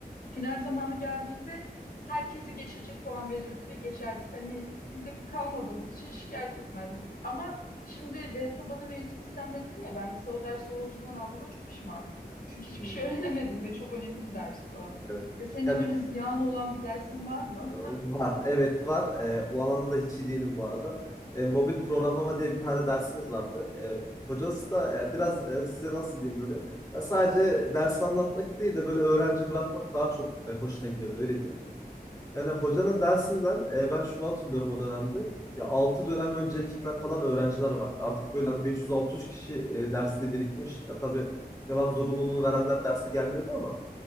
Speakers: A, on the left; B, on the left.
A: Final zamanı geldiğinde herkesi geçecek puan verirdi ve geçerdik. Hani biz de kalmadığımız için şikayet etmezdik. Ama şimdi veri
B: Hı hı.
A: tabanı ve yönetim sistemleri dedi ya ben mesela o dersi o hocadan aldığıma çok pişmanım. Çünkü hiçbir
B: Hı.
A: şey <laughs> öğrenemedim ve çok önemli bir dersti o.
B: Evet.
A: Ya senin
B: Ya
A: de böyle
B: bi-
A: ziyan olan bir dersin var mı?
B: Ee, Var, evet var. Ee, bu alanda da hiç iyi değilim bu arada. Ee, mobil programlama diye bir tane dersimiz vardı. Ee, hocası da e, biraz e, size nasıl diyeyim böyle. Ya sadece ders anlatmak değil de böyle öğrenci bırakmak daha çok e, hoşuna gidiyordu öyle diyeyim. Yani hocanın dersinden e, ben şunu hatırlıyorum o dönemde. Ya 6 dönem öncekinden kalan öğrenciler vardı. Artık böyle hani 500-600 kişi e, derste birikmiş. Ya tabii devam zorunluluğunu verenler derse gelmiyordu ama.